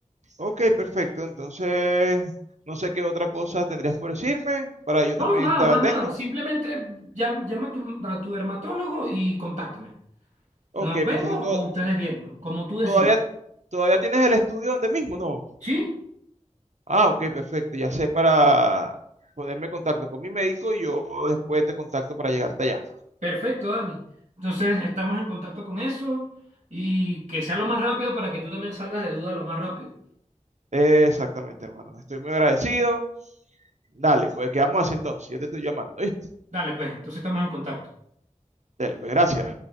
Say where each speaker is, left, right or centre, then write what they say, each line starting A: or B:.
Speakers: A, on the right; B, on the right.
A: Ok, perfecto. Entonces, no sé qué otra cosa tendrías por decirme para yo
B: No,
A: también
B: nada,
A: estar
B: más
A: atento.
B: nada. Simplemente ya- llama a tu, a tu dermatólogo y contáctame.
A: Ok,
B: ¿Nos vemos
A: perfecto. To-
B: o ustedes vienen? Como tú decides.
A: todavía, todavía tienes el estudio donde mismo, ¿no?
B: Sí,
A: Ah, ok, perfecto. Ya sé para ponerme en contacto con mi médico y yo después te contacto para llegarte allá.
B: perfecto, Dani. Entonces estamos en contacto con eso y que sea lo más rápido para que tú también salgas de duda lo más rápido.
A: Exactamente, hermano. Estoy muy agradecido. Dale, pues quedamos así entonces. Yo te estoy llamando, ¿viste?
B: Dale, pues, entonces estamos en contacto.
A: Dale, pues gracias.